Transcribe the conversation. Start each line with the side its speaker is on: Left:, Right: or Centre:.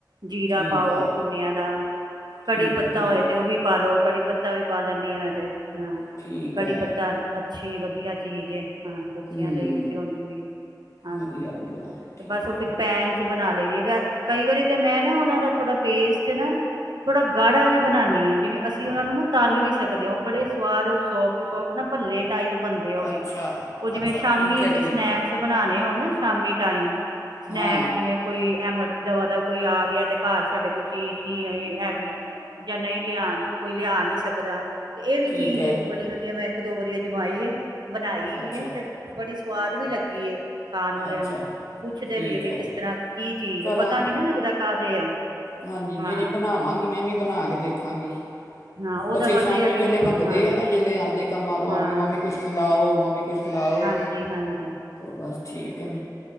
Right: ਜੀਰਾ
Left: ਠੀਕ
Right: ਪਾਓ
Left: ਹੈ
Right: ਭੁੰਨਿਆਂ ਦਾ ਕੜੀ
Left: ਠੀਕ
Right: ਪੱਤਾ
Left: ਹੈ ਠੀਕ
Right: ਹੋਏ ਤੇ ਉਹ ਵੀ ਪਾ ਲਓ ਕੜੀ ਪੱਤਾ ਵੀ ਪਾ ਲੈਂਦੀ ਆ ਮੈਂ ਤੇ ਹਾਂ
Left: ਠੀਕ
Right: ਕੜੀ
Left: ਹੈ
Right: ਪੱਤਾ ਅੱਛੀ ਵਧੀਆ ਚੀਜ਼ ਏ। ਹਾਂ ਬੱਚਿਆਂ
Left: ਹੂੰ
Right: ਲਈ ਵੀ ਤੇ ਉਝ ਵੀ ਹਾਂਜੀ
Left: ਵਧੀਆ ਵਧੀਆ ਠੀਕ
Right: ਤੇ ਬਸ
Left: ਹੈ
Right: ਉਹ ਫਿਰ ਪੈਣ ਬਣਾ ਲਈ ਦੀਏ ਕਈ ਵਾਰੀ ਤੇ ਮੈਂ ਨਾ ਉਹਨਾਂ ਦਾ ਥੋੜਾ ਪੇਸਟ ਨਾ ਥੋੜਾ ਗਾੜਾ ਵੀ ਬਣਾਨੀਆ ਜਿਵੇਂ ਅਸੀਂ ਉਹਨਾ ਨੂੰ ਨਾ ਤਲ ਵੀ ਸਕਦੇ ਹਾਂ ਉਹ ਬੜੇ ਸਵਾਦ ਸੋਫਟ ਸੋਫਟ ਨਾ ਭੱਲੇ ਟਾਈਪ ਬਣਦੇ ਉਹ ਵੀ
Left: ਅੱਛਾ
Right: ਉਹ ਜਿਵੇਂ
Left: ਅੱਛਾ
Right: ਸ਼ਾਮੀ
Left: ਠੀਕ ਹੈ
Right: ਅਸੀਂ
Left: ਠੀਕ
Right: ਸਨੈਕਸ
Left: ਹੈ
Right: ਬਣਾਉਣੇ ਹੋ ਨਾ ਸ਼ਾਮੀ ਟਾਈਮ ਸਨੈਕਸ
Left: ਹਾਂ
Right: ਜਿਵੇਂ ਕੋਈ ਮ ਦਬਾ ਦਬ ਕੋਈ ਆ ਗਿਆ ਤੇ ਘਰ ਸਾਡੇ ਕੋਈ ਚੀਜ਼ ਨਹੀਂ ਹੈਗੀ ਜਾਂ ਨਹੀਂ ਲਿਅਣ ਕੋਈ ਲਿਆ ਨਹੀਂ ਸਕਦਾ ਦਾ ਤੇ ਇਹ ਵੀ
Left: ਠੀਕ
Right: ਚੀਜ਼
Left: ਹੈ
Right: ਇੱਕ ਬੜੀ ਵਧੀਆ ਮੈਂ ਇੱਕ ਦੋ ਵਾਰੀ ਅਜਮਾਈ ਏ ਬਣਾਈ ਵੀ
Left: ਅੱਛਾ
Right: ਏ ਤੇ ਬੜੀ ਸਵਾਦ ਵੀ ਲੱਗੀ ਏ। ਖਾਣ ਵਾਲਿਆਂ
Left: ਅੱਛਾ
Right: ਨੂੰ ਪੁੱਛਦੇ
Left: ਠੀਕ
Right: ਵੀ ਏ, ਵੀ
Left: ਹੈ
Right: ਕਿਸ ਤਰ੍ਹਾਂ ਕੀ ਚੀਜ਼
Left: ਕਰਾਂ
Right: ਪਤਾ ਨੀ ਨਾ ਲੱਗਦਾ ਕਾਹਦੇ <unintelligible>
Left: ਹਾਂਜੀ ਨਹੀਂ
Right: ਹਾਂ
Left: ਨਹੀਂ ਬਣਾਵਾਂਗੀ, ਮੈਂ ਵੀ ਬਣਾ ਕੇ ਦੇਖ ਗੀ।
Right: ਹਾਂ ਉਹਦਾ
Left: ਬੱਚੇ
Right: ਬਸ
Left: ਸ਼ਾਮੀ
Right: ਇਹ ਹੈ ਕਿ
Left: ਵੇਲੇ ਮੰਗਦੇ
Right: ਹਾਂ
Left: ਆ ਨਾ ਜਿਹੜੇ ਆਂਦੇ ਕੰਮਾਂ ਤੋਂ
Right: ਹਾਂ
Left: ਆਉਣਗੇ, ਮੰਮੀ ਕੁਛ ਖਿਲਾਉ, ਮੰਮੀ ਕੁਛ ਖਿਲਾਉ
Right: ਹਾਂਜੀ, ਹਾਂਜੀ।
Left: ਬਸ ਠੀਕ ਆ।